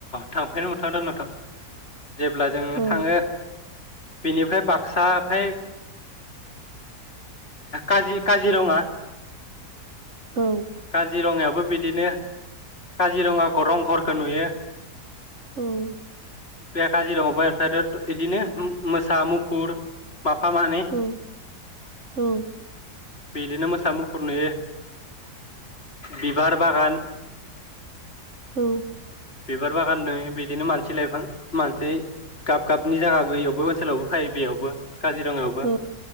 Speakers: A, on the left; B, on the right.
A: थांफेरनो मोन थादो नोंथां जेब्ला जों
B: औ
A: थाङो बेनिफ्राय बाक्सा फाय काजि काजिरङा
B: औ
A: काजिरङायाव बो बिदिनो काजिरङाखो रंघरखो नुयो
B: उम
A: बे काजिरङा <unintelligible> इदिनो मो मोसा मुफुर माफा मानै
B: औ औ
A: बिदिनो मोसा मुफुर नुयो बिबार बागान
B: औ
A: बिबार बागान नो बिदिनो मानसि लाइफां मानसि गाब गाबनि जायगाबो बेयावबो ओनसोलावबो फायो बेयावबो काजिरङायावबो
B: औ